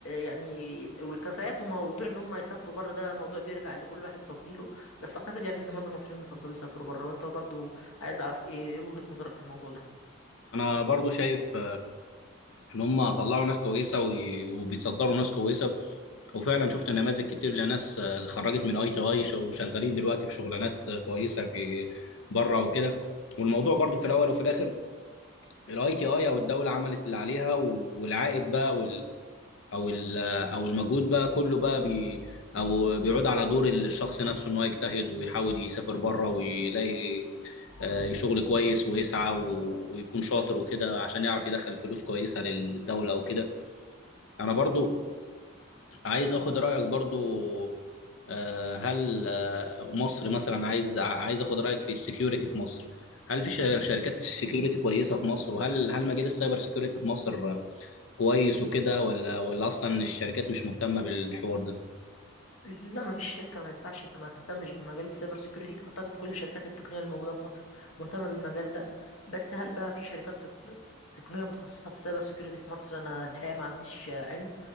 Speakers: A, on the left (about 90°); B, on the left (about 70°).
A: يعني والكفاءات وموضوع ان هم يسافروا بره ده موضوع بيرجع لكل واحد وتفضيله بس اعتقد يعني ان معظم المصريين بيفضلوا يسافروا بره وانت برضو عايز اعرف ايه ايه وجهة نظرك في الموضوع ده
B: انا برضو شايف ان هم طلعوا ناس كويسه وي- وبيصدروا ناس كويسه وفعلا شفت نماذج كتير لناس آه، خرجت من اي تي اي وشغالين دلوقتي في شغلانات آه، كويسه في بره وكده والموضوع برضو في الاول وفي الاخر الاي تي اي او الدوله عملت اللي عليها و- والعائد بقى وال او ال او المجهود بقى كله بقى بي او بيعود على دور الشخص نفسه ان هو يجتهد ويحاول يسافر بره ويلاقي آه، شغل كويس ويسعى و- ويكون شاطر وكده عشان يعرف يدخل فلوس كويسه للدوله وكده انا برضو عايز اخد رايك برضو آه، هل آه، مصر مثلا عايز عايز اخد رايك في السكيورتي في مصر هل في شر- شركات سكيورتي كويسه في مصر وهل هل مجال السايبر سكيورتي في مصر آه، كويس وكده ولا ولا اصلا الشركات مش مهتمه بالحوار ده
A: لا مفيش شركة ما ينفعش ما تهتمش بمجال السايبر سيكيورتي اعتقد كل شركات التقنية اللي موجودة في مصر مهتمة بالمجال ده بس هل بقى في شركات تق... تقنية متخصصة في السايبر سيكيورتي في مصر انا الحقيقة ما عنديش علم